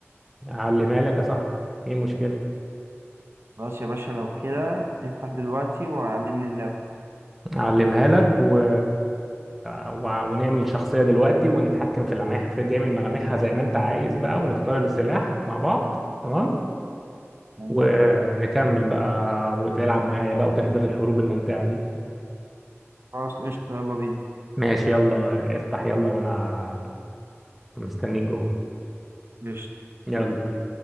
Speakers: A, in the centre; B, on the right.
A: علمها لك يا صاحبي ايه المشكله
B: خلاص يا باشا لو كده نفتح دلوقتي وعلمني اللعبه
A: اعلمها لك و... و... ونعمل شخصية دلوقتي ونتحكم في لمح في نعمل ملامحها زي ما انت عايز بقى ونختار السلاح مع بعض تمام
B: تمام
A: ونكمل بقى وتلعب معايا بقى وتحضر الحروب الممتعة دي
B: خلاص قشطه يلا بينا
A: ماشي يلا افتح يلا وانا مستنيك جوه
B: قشطة.
A: يلا
B: سلام.